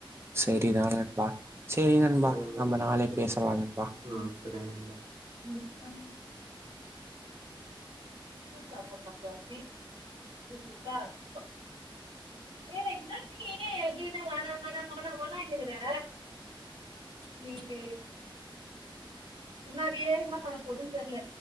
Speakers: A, on the right; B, on the right.
A: சரிதா நண்பா சரி நண்பா
B: ம்
A: நம்ம நாளை
B: ம்
A: பேசலா நண்பா
B: ம் சரி நண்பா <unintelligible> ஏ என்னா நீ எதுமே வேணா வேணா வேணா வேணான்னுக்கிற நீங்க பின்னாடியே என்னா பண்ண போதுன்னு தெர்ல